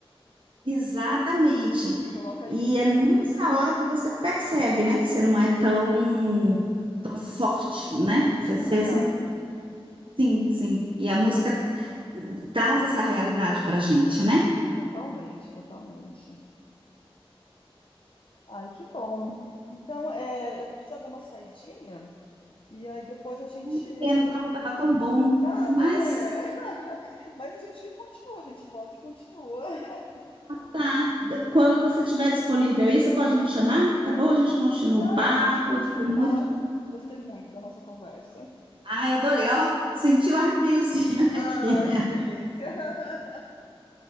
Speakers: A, on the right (about 55°); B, on the left (about 60°).
A: Exatamente.
B: A gente coloca a
A: E
B: skin
A: é
B: guerreira.
A: nessa hora que você percebe, né, que você não é tão,
B: Uhum.
A: tão forte, né?
B: A gente
A: Você,
B: é vulnerável.
A: você é sens- sim, sim. E
B: Uhum.
A: a música eh, traz essa realidade pra gente, né?
B: Totalmente, totalmente. Ai, que bom. Então, eh, eu vou precisar dar uma saidinha e aí depois a gente
A: Ai, Que pena, o papo tava tão bom,
B: tava,
A: mas
B: né? <laughs> Mas a gente continua, a gente volta e continua. <laughs>
A: tá. D- Quando você tiver disponível aí, você pode me chamar, tá bom? A gente continua
B: Tá,
A: o papo,
B: e a gente continua
A: foi
B: o
A: muito...
B: papo. Gostei muito da nossa conversa.
A: Ai, adorei, ó, senti o arrepiozinho <laughs>
B: Ai,
A: aqui.
B: que delícia. <laughs>